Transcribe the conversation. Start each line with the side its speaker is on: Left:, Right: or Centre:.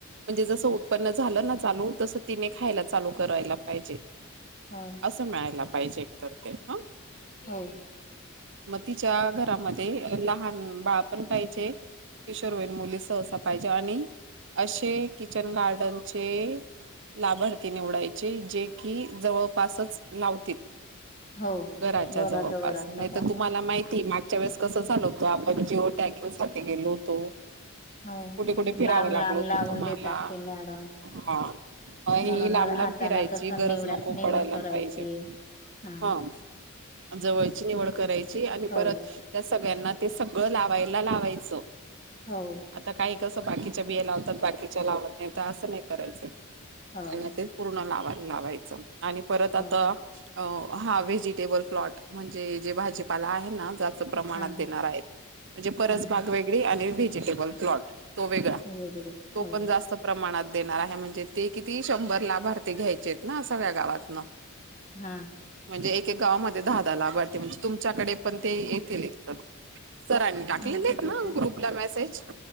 Right: म्हणजे जसं उत्पन्न झालं ना चालू, तसं तिने खायला चालू करायला पाहिजे.
Left: हो
Right: असं मिळायला पाहिजे, एक तर ते ह. <unintelligible>
Left: हो
Right: मग, तिच्या घरामध्ये लहान बाळ पण पाहिजे, किशोरयीन मुली सहसा पाहिजे आणि, असे किचन गार्डनचे, लाभार्थी निवडायचे, जे कि जवळपासच लावतील.
Left: हो
Right: <unintelligible> घराच्या
Left: घराजवळ
Right: जवळपास,
Left: असं
Right: नाही
Left: का
Right: तर तुम्हाला माहिती ती मागच्या वेळेस कसं झाल होतं? आपण जिओ टॅगिंगसाठी गेलो होतो. <unintelligible>
Left: हो
Right: कुठे कुठे फिरावं
Left: लांब
Right: लागल
Left: लांब
Right: होतं?
Left: लावून
Right: तुम्हाला,
Left: देतात ते मॅडम
Right: हा. म ही
Left: म्हणून
Right: लांब-लांब
Left: आता
Right: फिरायची,
Left: ना तस
Right: गरज
Left: निवडा
Right: नको
Left: निवड
Right: पडायला
Left: करायची
Right: पाहिजे.
Left: हा.
Right: ह जवळची निवड करायची, आणि
Left: हो
Right: परत त्या सगळ्यांना, ते सगळं लावायला, लावायचं.
Left: हो.
Right: आता काही कसं बाकीच्या बिया लावतात, बाकीच्या लावत नाही. तर असं नाही करायचं,
Left: हो
Right: त्यांना ते पूर्ण लावा लावायचं, आणि परत
Left: हो
Right: आता अ.. हा व्हेजिटेबल प्लॉट, म्हणजे जे भाजीपाला आहे ना, जास्त प्रमाणात
Left: हा
Right: देणार आहेत. म्हणजे परस
Left: हा
Right: <inaudible> बाग वेगळी आणि व्हेजिटेबल प्लॉट तो वेगळा.
Left: वेगळे
Right: <inaudible> तो
Left: हो
Right: पण जास्त प्रमाणात देणार आहे म्हणजे ते <inaudible> किती, शंभर लाभार्थी घ्यायचेत ना, सगळ्या गावातनं
Left: हा.
Right: म्हणजे एक-एक गावामध्ये दहा-दहा <inaudible> लाभार्थी, म्हणजे तुमच्याकडे पण ते येतील एक तर सरांनी टाकलेले
Left: आमच
Right: आहेत
Left: किती?
Right: ना ग्रुपला मेसेज